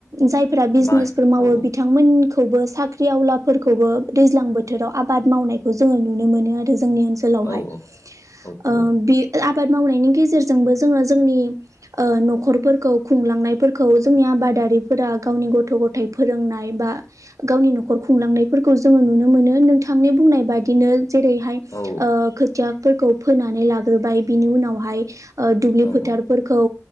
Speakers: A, on the right; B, on the left.
A: जाय फोरा बिजनेसफोर
B: माइ
A: मावो
B: औ औ
A: बिथांमोन खौबो साख्रि आवलाफोरखौबो दैज्लां बोथोराव आबाद मावनायखौ जोंङो नुनो मोनो आरो। जोंनि ओनसोलावहाय
B: औ औ
A: ओ
B: औ
A: बे आ बाद मावनायनि गेजेरजोंबो जोंङो जोंनि न'खर फोरखौ खुंलांनाय फोरखौ जोंनि आबादारिफोरा गावनि गथ' गथाइ फोरोंनाय बा गाव नि नखर खुंलांनायफोरखौ जोंङो नुनो मोनो नोंथांनि बुंनाय बादिनो जेरैहाय
B: औ
A: ओ खोथियाफोरखौ फोनानै लाग्रोबाय बिनि उनावहाय ओ दुब्लि
B: औ
A: फोथारफोरखौ